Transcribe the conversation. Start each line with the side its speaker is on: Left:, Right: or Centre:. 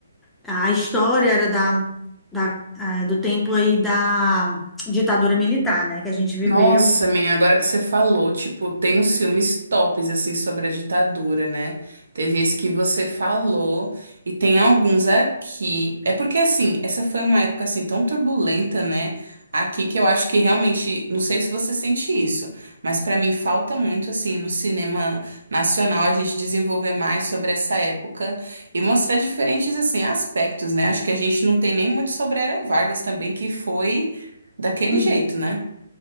Centre: a história era da, da é, do tempo aí da ditadura militar, né? Que a gente viveu.
Right: Nossa, menina, agora que você falou, tipo, tem uns filmes tops, assim, sobre a ditadura, né? Teve esse que você falou, e tem alguns aqui. É porque, assim, essa foi uma época, assim, tão turbulenta, né? Aqui que eu acho que realmente, não sei se você sente isso, mas pra mim falta muito, assim, no cinema nacional a gente desenvolver mais sobre essa época e mostrar diferentes, assim, aspectos, né? Acho que a gente não tem nem muito sobre a Era Vargas também, que foi daquele
Centre: Uhum.
Right: jeito, né?